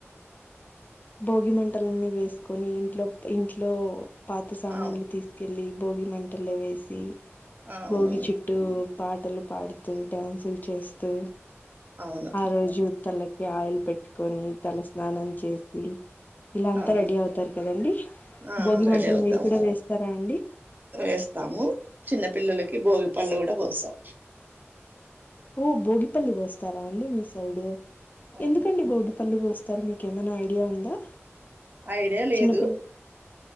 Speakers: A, on the left; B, on the right.
A: భోగి మంటలన్నీ వేసుకొని ఇంట్లో ఇంట్లో పాత సామాన్లు
B: అవు
A: తీసుకెల్ లి బోగి మంటల్లో వేసి
B: అవునవును
A: బోగిచిట్టు పాటలు పాడుతూ డ్యాన్సులు చేస్తూ
B: అవును
A: ఆ రోజూ తలకి ఆయిల్ పెట్టుకొని తల స్నానం చేసి మీ ఇలా అంతా
B: అవును
A: రెడీ అవుతారు కదండి
B: ఆ
A: భోగి
B: రెడీ
A: మంటలు
B: అవుతాం
A: మీరు కూడా వేస్తారా అండి
B: వేస్తాము చిన్న పిల్లలకి భోగి పండ్లు గూడా బోస్సాం
A: ఓ భోగిపల్లు బోస్తారా అండి మీ సైడ్
B: అవును
A: ఎందుకండి బోగి పళ్ళు పోస్తారు మీకేమైనా ఐడియా ఉందా
B: ఐడియా లేదు
A: చిన్నపిల్ల